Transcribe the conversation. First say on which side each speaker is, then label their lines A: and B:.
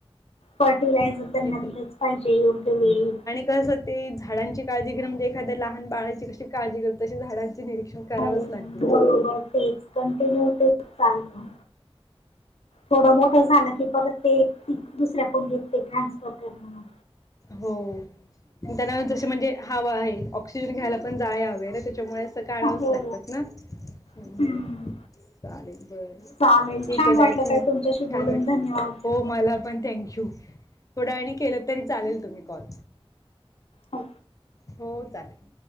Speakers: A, on the left (about 80°); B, on the left (about 35°).
A: फर्टिलायझर
B: म्हणजे
A: त्यांना दिलंच पाहिजे, योग्य वेळी.
B: तसं ते झाडांची काळजी घेणं म्हणजे, एखाद्या लहान बाळाची कशी काळजी घेतो. तशी झाडांची निरीक्षण करावच
A: हो
B: लागते.
A: बरोबर. तेच, कंटिन्यू तेच चालतं. थोडं मोठं झालं की, परत ते दुसऱ्या कुंडीत ते ट्रान्सफर करणं
B: हो. त्यांना ज म्हणजे हवा आहे. ऑक्सिजन घ्यायला पण, जाय हवे ना. त्याच्यामुळे त काढावंच
A: हो
B: लागतात ना? हं,
A: हम्म
B: हं. चालेल, बर.
A: चालेल
B: ठीकय
A: छान वाटलं
B: ताई. ठेव,
A: तुमच्याशी बोलून
B: छान वाटलं.
A: धन्यवाद
B: हो. तुम्हाला पण थँक यू. थोड्या वेळानी केलं तरी चालेल. तुम्ही कॉल.
A: हो.
B: हो चालेल.